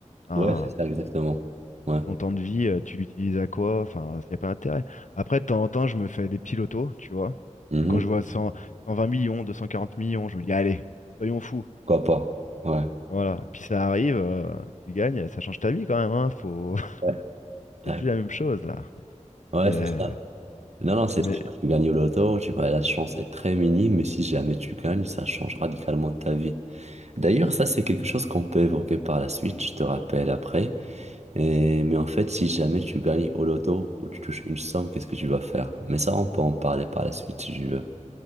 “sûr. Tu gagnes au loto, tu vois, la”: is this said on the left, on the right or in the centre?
Right